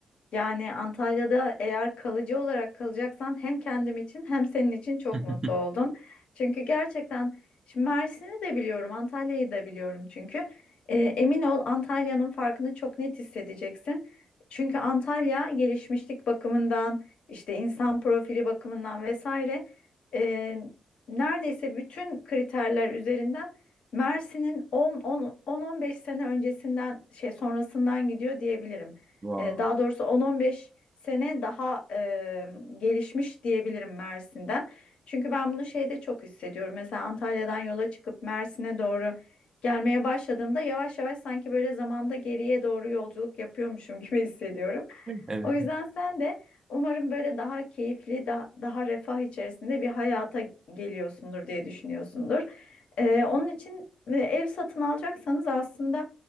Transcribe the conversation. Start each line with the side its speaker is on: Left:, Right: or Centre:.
Left: Yani Antalya'da eğer kalıcı olarak kalacaksan hem kendim için hem senin için çok
Right: <laughs>
Left: mutlu oldum. Çünkü gerçekten şimdi Mersin'i de biliyorum, Antalya'yı da biliyorum çünkü. Ee, emin ol Antalya'nın farkını çok net hissedeceksin. Çünkü Antalya gelişmişlik bakımından, işte insan profili bakımından vesaire e, neredeyse bütün kriterler üzerinden Mersin'in 10 10 10-15 sene öncesinden şey sonrasından gidiyor diyebilirim.
Right: Wow.
Left: E, daha doğrusu 10-15 sene daha e, gelişmiş diyebilirim Mersin'den. Çünkü ben bunu şeyde çok hissediyorum. Mesela Antalya'dan yola çıkıp Mersin'e doğru gelmeye başladığımda yavaş yavaş sanki böyle zamanda geriye doğru yolculuk yapıyormuşum <laughs> gibi hissediyorum.
Right: Evet.
Left: O yüzden sen de umarım böyle daha keyifli, daha, daha refah içerisinde bir hayata geliyorsundur diye düşünüyorsundur. E, onun için e, ev satın alacaksanız aslında